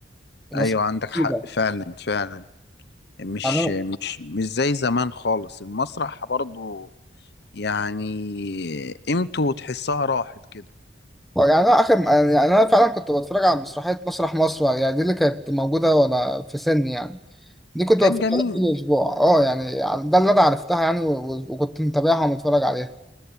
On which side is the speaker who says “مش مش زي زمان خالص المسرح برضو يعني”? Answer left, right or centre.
Left